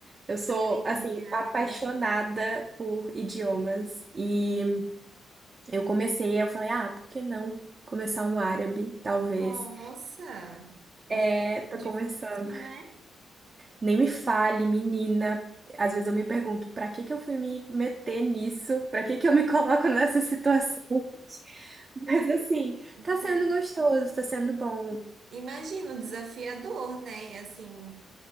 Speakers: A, on the right; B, on the right.
A: Eu sou
B: Aprender
A: assim
B: árabe.
A: apaixonada por idiomas e Eu comecei, eu falei, ah, por que não começar um árabe, talvez?
B: nossa!
A: É,
B: E é
A: tô
B: Difícil,
A: começando.
B: né?
A: Nem me fale, menina. Às vezes eu me pergunto, pra que que eu fui me meter nisso? Pra que que eu me <laughs> coloco nessa situação? <laughs> Mas assim,
B: tudo,
A: tá sendo
B: né?
A: gostoso, tá sendo bom.
B: Imagino, desafiador, né? E assim,